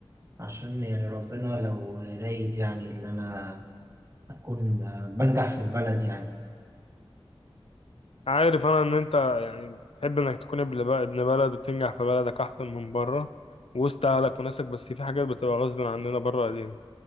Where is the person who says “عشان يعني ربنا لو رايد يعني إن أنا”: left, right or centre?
Right